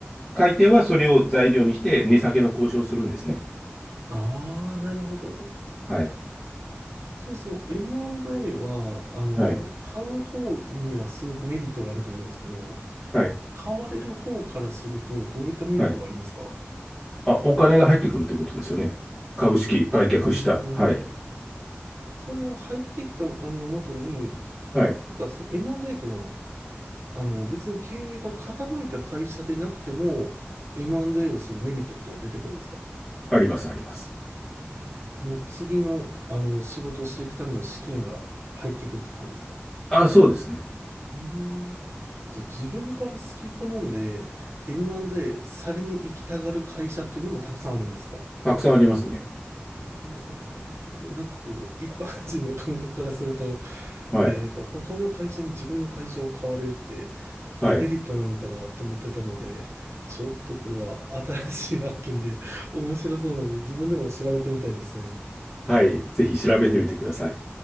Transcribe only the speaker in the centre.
買い手はそれを材料にして、値下げの交渉をするんですね。
はい。
はい。
はい。
はい。あ、お金が入ってくるってことですよね。株式売却した。
はい。
はい。
あります、あります。
あ、そうですね。
たくさんありますね。
はい。
はい。
はい。ぜひ調べてみてください。